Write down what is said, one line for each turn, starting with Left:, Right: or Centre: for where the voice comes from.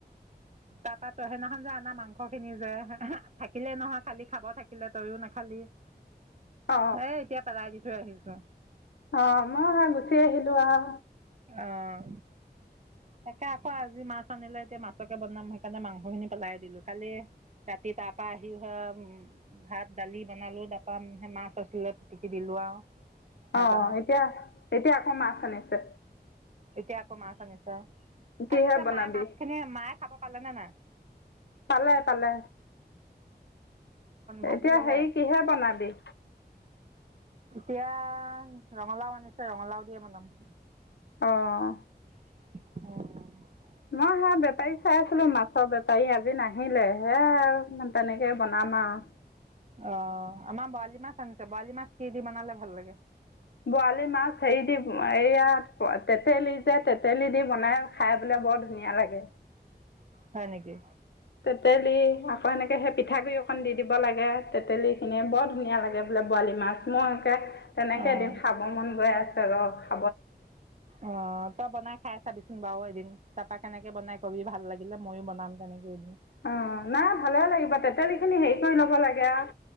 Right: তাৰপা তই সেইদিনাখন যে আনা মাংস খিনি যে থাকিলে নহয় খালি খাব থাকিলে তইও নাখালি '
Left: অ
Right: এ এতিয়া পেলাই দি থৈ আহিছো। চ।
Left: অ মই হে গুচি আহিলো আও।
Right: অঁ। তাকে আকৌ আজি মাছ, নিলে এতিয়া মাছকে বনাম সেইকাৰণে মাংস খিনি পেলাই দিলো কালি ৰাতি তাৰ পৰা আহি হে ভাত দালি বনালো তাৰপা মাছ আছিলে পিটিকি দিলো আৰু ভাজা
Left: অ
Right: মাছ
Left: এতিয়া এতিয়া আকৌ মাছ আনিছে।
Right: এতিয়া আকৌ মাছ আনিছে।
Left: কিহে
Right: কালি যে
Left: বনাবি
Right: মায়ে মাছখিনি মায়ে খাব পালেনে নাই?
Left: পালে পালে
Right: ভাজি
Left: এতিয়া
Right: ল'লে
Left: হেৰি কিহে বনাবি?
Right: এতিয়া, ৰঙালাও আনিছে ৰঙালাও দিয়ে বনাম।
Left: অ'।
Right: উম
Left: মই হে বেপাৰীক চাই আছিলো, মাছৰ বেপাৰী আজি নাহিলে সেয়াই আৰু। তেনেকেই বনাম আৰু।
Right: অ' আমাৰ বৰালি মাছ আনিছে, বৰালি মাছ কি দি বনালে ভাল লাগে?
Left: বৰালি মাছ হেৰি দি, এইয়াত তেঁতেলী যে তেঁতেলী দি বনাই খাই বোলে বৰ ধুনীয়া লাগে।
Right: হয় নেকি?
Left: তেঁতেলী, আকৌ এনেকে সেই পিঠাগুৰি অকন দি দিব লাগে, তেঁতেলীখিনি বৰ ধুনীয়া লাগে বোলে বৰালি মাছ, মই। কে, তেনেকে
Right: অঁ
Left: এদিন খাব মন গৈ আছে। <unintelligible>
Right: অ' তই বনাই খাই চাবিচো বাৰু এদিনজ তাৰপা কেনেকে বনাই ক'বি ভাল লাগিলে ময়ো বনাম তেনেকে। এদিন।
Left: অ' নাই, ভালে লাগিব তেঁতেলী খিনি হেৰি কৰি ল'ব লাগে আও,